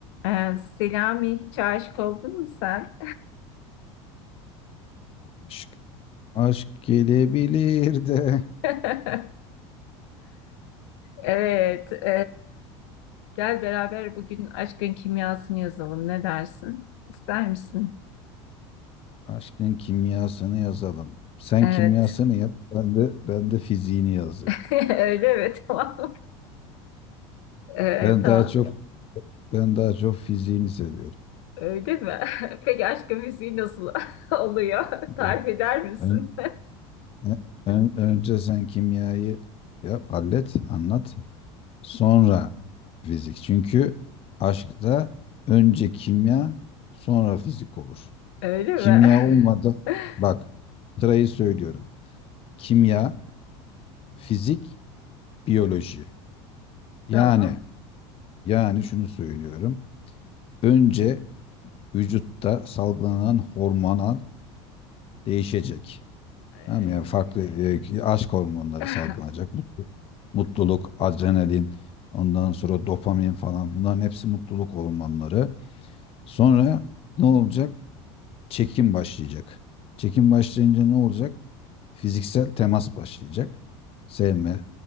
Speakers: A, on the left (about 75°); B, on the left (about 40°).
A: Ee, Selami hiç aşık oldun mu sen?
B: Aşk, aşk gelebilir de
A: <laughs> Evet. e, gel beraber bugün aşkın kimyasını yazalım. Ne dersin? İster misin?
B: aşkın kimyasını yazalım. Sen
A: Evet.
B: kimyasını yaz, ben de ben de fiziğini yazayım.
A: <laughs> Öyle mi? Tamam. Ee,
B: Ben
A: tamam.
B: daha çok ben daha çok fiziğini seviyorum.
A: Öyle mi? <laughs> Peki aşkın müziği nasıl <laughs> oluyor?
B: Ya,
A: Tarif eder misin?
B: ön- ön- ön- önce sen kimyayı yap, hallet, anlat. Sonra fizik. Çünkü aşkta önce kimya, sonra fizik olur.
A: <laughs> Öyle
B: Kimya
A: mi?
B: olmadan
A: <laughs>
B: bak sırayı söylüyorum. Kimya, fizik, biyoloji. Yani
A: Tamam.
B: Yani şunu söylüyorum. Önce vücutta salgılanan hormonal değişecek.
A: Ee,
B: Tamam mı? yani farklı e, aşk hormonları
A: <laughs>
B: salgılanacak. Mut- Mutluluk, adrenalin, ondan sonra dopamin falan bunların hepsi mutluluk hormonları. Sonra ne olacak? Çekim başlayacak. Çekim başlayınca ne olacak? Fiziksel temas başlayacak. Sevme,